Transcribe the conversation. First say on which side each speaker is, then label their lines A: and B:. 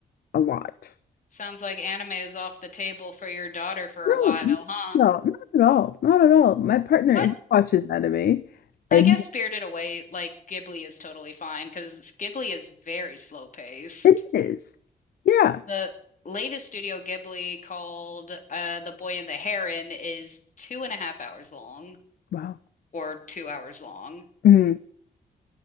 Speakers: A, on the left; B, on the left.
A: a lot.
B: sounds like anime is off the table for your daughter for
A: No,
B: a while, huh?
A: no, not at all. Not at all. My partner,
B: What?
A: he watches anime and
B: I guess Spirited Away, like Ghibli, is totally fine because Ghibli is very slow paced.
A: it is. Yeah.
B: The latest Studio Ghibli called uh, The Boy and the Heron is two and a half hours long
A: Wow.
B: or two hours long.
A: Mm-hmm.